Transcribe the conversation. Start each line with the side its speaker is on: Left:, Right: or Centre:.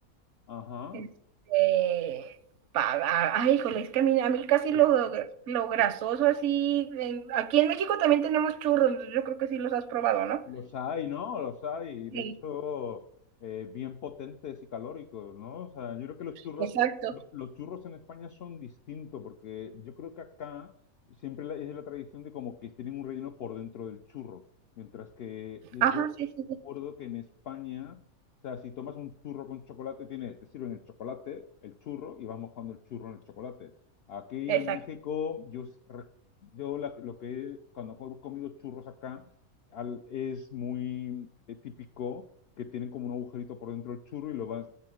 Left: Ajá.
Right: Este, pa, ay, híjole, es que a mí, a mí casi
Left: Es-
Right: lo, lo grasoso así. en- aquí en México también tenemos churros, yo creo que sí los has probado, ¿no?
Left: Los hay, ¿no? Los hay, y
Right: Sí,
Left: de hecho, eh, bien potentes y calóricos, ¿no? O sea, yo creo que los churros,
Right: exacto.
Left: lo- los churros en España son distintos, porque yo creo que acá siempre la- es la tradición de como que tienen un relleno por dentro del churro, mientras que yo
Right: Ajá, sí, sí,
Left: recuerdo
Right: sí,
Left: que en España, o sea, si tomas un churro con chocolate, tiene, te sirven el chocolate, el churro, y vas mojando el churro en el chocolate. Aquí
Right: exacto.
Left: en México, yo, s- re- yo la- lo que, cuando he comido churros acá, al- es muy eh, típico que tienen como un agujerito por dentro del churro y lo vas,